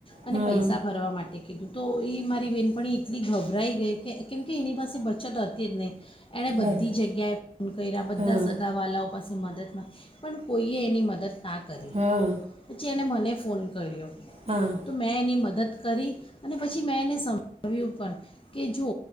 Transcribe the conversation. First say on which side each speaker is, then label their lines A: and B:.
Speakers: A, on the left; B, on the right.
A: અને
B: હા
A: પૈસા ભરવા માટે કીધું તો એ મારી બહેનપણી એટલી ગભરાઈ ગઈ કે કેમ કે એની પાસે બચત હતી જ નહીં. એણે
B: બરાબર
A: બધી જગ્યાએ ફોન કર્યા બધા
B: હા
A: સગા વાળાઓ પાસે મદદમાં પણ કોઈએ એની મદદ ના કરી
B: હા
A: પછી એને મને ફોન કર્યો
B: હા
A: તો મેં એની મદદ કરી અને પછી મેં એને સમજાવ્યું પણ કે જો